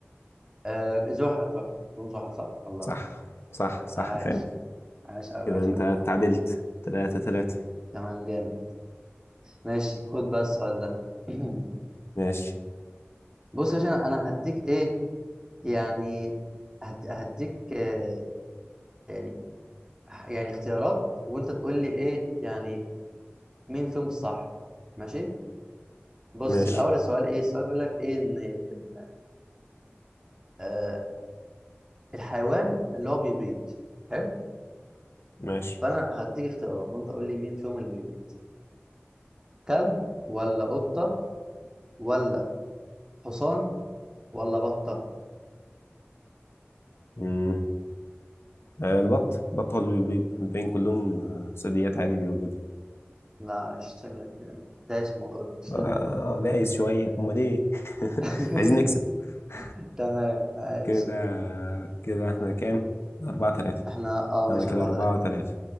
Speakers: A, on the right (about 20°); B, on the left (about 65°).
A: آه زحل زحل اظن زحل صح الله
B: صح صح صح
A: عاش
B: فعلا
A: عاش قوي
B: كده
A: عاش
B: انت
A: قوي
B: تعادلت تلاتة تلاتة
A: تمام جامد ماشي خد بقى السؤال ده <clears throat>
B: ماشي
A: بص يا باشا انا أنا هديك ايه يعني هد- هديك آه، يعني يعني اختيارات وانت تقول لي ايه يعني مين فيهم الصح ماشي بص
B: ماشي
A: الاول السؤال ايه السؤال بيقول لك ايه ان ان آه الحيوان اللي هو بيبيض حلو
B: ماشي
A: فانا هديك اختيارات وانت قول لي مين فيهم اللي بيبيض كلب ولا قطة ولا حصان ولا بطة
B: حلو آه، البط البط هو اللي بيبيض الباقيين كلهم آه، ثدييات عادي بيولدوا
A: لا شكلك يعني دايس في الموضوع ده <laughs>
B: أنا
A: تمام
B: دايس شوية هما ليه <laughs>
A: <laughs>
B: عايزين نكسب <laughs>
A: تمام عايش
B: كده كده احنا كام؟ أربعة تلاتة
A: احنا اه ماشي
B: أنا كده
A: أربعة
B: أربعة
A: تلاتة
B: تلاتة